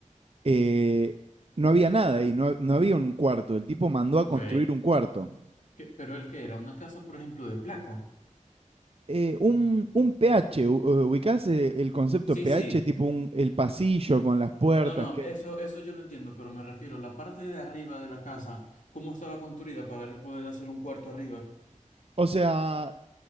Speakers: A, on the right; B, on the left.
A: eh, no había nada ahí, no, ha- no había un cuarto, el tipo mandó a
B: ok.
A: construir un cuarto.
B: ¿Qué- pero el que era una casa, por ejemplo, de placa.
A: Eh, un, un pH, u- eh, ¿ubicás eh, el concepto
B: Sí,
A: pH?
B: sí.
A: Tipo un, el pasillo con las puertas.
B: No, no,
A: Que...
B: eso, eso yo lo entiendo, pero me refiero a la parte de arriba de la casa, cómo estaba construida para poder hacer un cuarto arriba.
A: O sea,